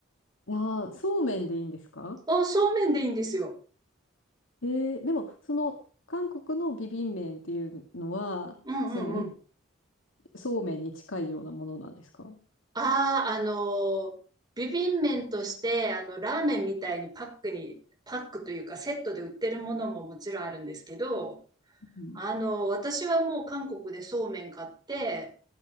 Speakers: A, on the left (about 80°); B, on the right (about 20°).
A: あー、そうめんでいいんですか
B: あ、そうめんでいいんですよ。
A: えー、でも、その、韓国のビビン麺っていうのは、
B: うんうんうん。
A: その、そうめんに近いようなものなんですか
B: ああ、あの、ビビン麺として、あの、ラーメンみたいにパックに、パックというかセットで売ってるものももちろんあるんですけど、
A: うん。
B: あの、私はもう韓国でそうめん買って、